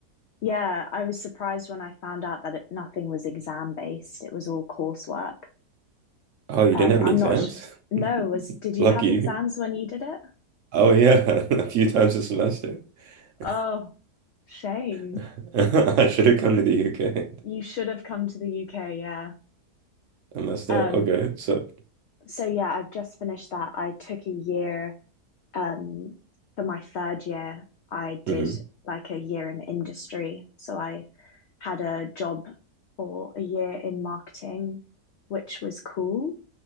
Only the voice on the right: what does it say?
Oh, you
didn't have any
exams?
<laughs>
Lucky
you.
Oh yeah, <laughs> a few times a semester. <laughs>
<laughs> I should have come to the UK.
I messed
up. Okay, so
hmm